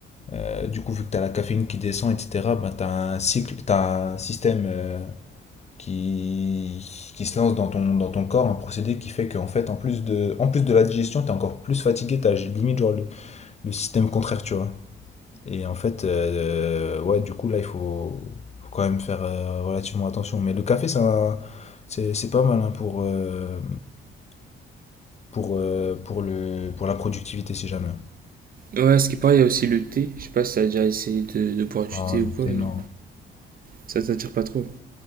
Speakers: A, on the left; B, on the right.
A: Euh, du coup, vu que tu as la caféine qui descend, etc., ben, tu as un cycle, tu un système euh, qui, qui se lance dans ton, dans ton corps, un procédé qui fait qu'en fait, en plus de, en plus de la digestion, tu es encore plus fatigué, tu as limite genre, le, le système contraire, tu vois. Et en fait, euh, euh, ouais, du coup, là, il faut, faut quand même faire euh, relativement attention. Mais le café, c'est un- c'est c'est pas mal hein, pour, euh, pour, euh, pour, le, pour la productivité, si jamais.
B: Ouais, ce qui paraît, il y a aussi le thé. Je sais pas si t'as déjà essayé de, de boire du
A: Non,
B: thé
A: le
B: ou quoi,
A: thé,
B: mais
A: non.
B: ça t'attire pas trop.